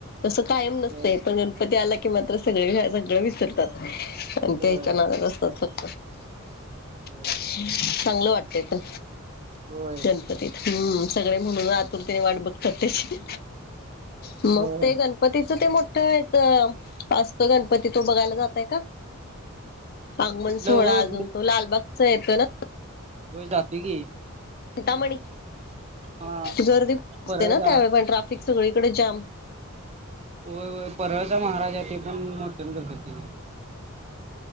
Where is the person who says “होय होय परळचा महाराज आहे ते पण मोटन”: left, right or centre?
Right